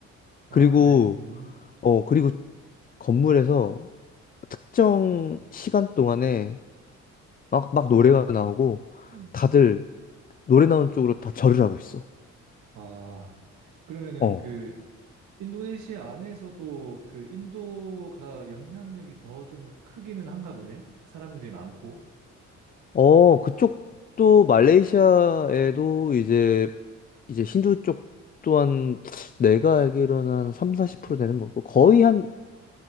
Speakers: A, on the right (about 80°); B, on the left (about 30°).
A: 아,
B: 그리고
A: 그래? 음.
B: 어 그리고 건물에서 특정 시간 동안에 막 막 노래가 나오고
A: 음.
B: 다들 노래 나오는 쪽으로 다 절을 하고 있어.
A: 아. 그러면은
B: 어.
A: 그 인도네시아 안에서도 그 인도가 영향력이 더 좀 크기는 한가 보네. 사람들이 많고.
B: 어, 그쪽도 말레이시아에도 이제 이제 힌두 쪽 또한 내가 알기로는 한 3, 40% 되는 거고 거의
A: 음.
B: 한